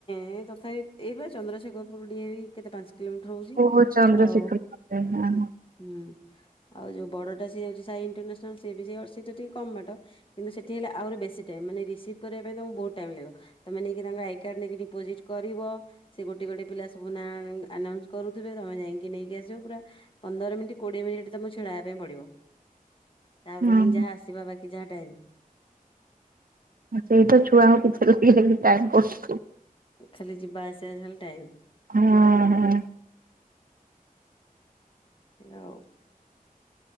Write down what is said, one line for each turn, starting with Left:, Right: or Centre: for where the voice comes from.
Left: ଏ ତଥାପି ଏଇ ବା ଚନ୍ଦ୍ରଶେଖର ପୁର ଡିଏ ବି କେତେ ପାଞ୍ଚ କିଲୋମିଟର ହଉଛି
Right: ଓହୋ ଚନ୍ଦ୍ରଶେଖର
Left: ଆଉ
Right: ହଁ
Left: ହୁଁ ଆଉ ଯୋଉ ବଡ଼ଟା ସିଏ ଯାଉଛି ସାଇ ଇଣ୍ଟରନ୍ୟାସନାଲ ସ ସେ ବି ସେ ସେଟା ଟିକେ କମ୍ ବାଟ କିନ୍ତୁ ସେଠି ହେଲେ ଆହୁରି ବେଶୀ ଟାଇମ୍ ମାନେ ରିସିଭ୍ କରିବା ପାଇଁ ତମକୁ ବହୁତ୍ ଟାଇମ୍ ଲାଗିବ। ତମେ ନେଇକି ତାଙ୍କ ଆଇ କାର୍ଡ ନେଇକି ଡିପୋଜିଟ୍ କରିବ ସେ ଗୋଟେ ଗୋଟେ ପିଲା ସବୁ ଆନାଉନ୍ସ କରୁଥିବେ ତମେ ଯାଇକି ନେଇକି ଆସିବ ପୁରା ପନ୍ଦର ମିନିଟ୍ କୋଡ଼ିଏ ମିନିଟ୍ ତମକୁ ତମକୁ ଛିଡ଼ା ହେବାପାଇଁ ପଡ଼ିବ। ତାପରେ
Right: ହଁ।
Left: ଫୁଣି ଯାହା ଆସିବା ବାକି ଯାହା ଟାଇମ
Right: ସେଇତ ଛୁଆଙ୍କ ପଛରେ ହିଁ ଟାଇମ୍ କଟି
Left: ଖାଲି ଯିବା ଆସିବା ଯାହା ଖାଲି ଟାଇମ୍
Right: ହଁ ହଁ।
Left: ଆଉ।